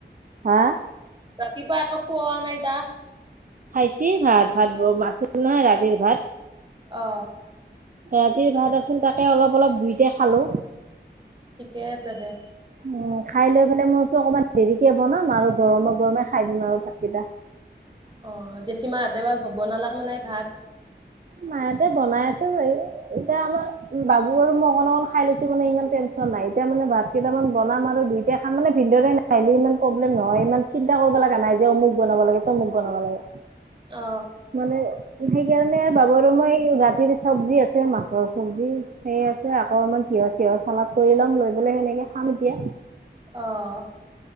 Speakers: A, on the right; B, on the right.
A: হা,
B: ৰাতিপুৱা আকো খওঁৱা নাই তাক।
A: খাইছেি ভাত ভাত ব আছিল নহয় ৰাতিৰ ভাত।
B: অ,
A: ৰাতিৰ ভাত আছিল তাকে অলপ অলপ দুইতে খালো।
B: ঠিকে আছে দে।
A: উ, খাই লৈ পেলাই মই অকমান দেৰিকে বনাম আৰু গৰমে গৰমে খাই দিম আৰু ভাতকেইটা।
B: অ, জেঠীমাহাতে বা বনালাক মানে ভাত।
A: মায়হতে বনাই আছে চাগ এতিয়া আমাৰ বাবু আৰু মই অকন অকন খাই লৈছো মানে ইমান টেনশ্যন নাই এতিয়া মানে ভাত। কেইটামান বনাম আৰু দুইটা খাম মানে ভিনদৰে নাহিলি ইমান প্ৰব্লেম নহয় ইমান চিন্তা কৰিব লগা নাই যে অমুক বনাব লাগে। কি দুখ টকা লাগে
B: অ
A: মানে সেইকাৰণে বাবু আৰু মই ৰাতিৰ চব্জি আছে মাছৰ চবজি সেই আছে আকৌ অমান তিহৰ চিঁহৰ চালাদ কৰি ল'ম লৈ পেলাই সেনেকে খাম এতিয়া
B: অ